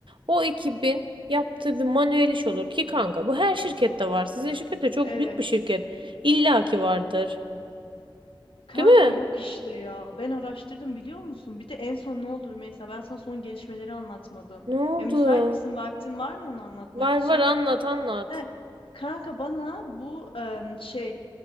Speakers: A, on the right; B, on the left.
A: O ekibin yaptığı bir manuel iş olur ki kanka bu her şirkette var. Sizin şirket de çok
B: Evet.
A: büyük bir şirket. İlla ki vardır.
B: Kanka
A: Değil mi?
B: yok işte ya. Ben araştırdım biliyor musun? Bir de en son ne oldu mesela ben sana son gelişmeleri anlatmadım.
A: Ne oldu?
B: Ya müsait misin? Vaktin var mı onu anlatmak
A: Var
B: için?
A: var anlat anlat.
B: He, kanka bana bu em, şey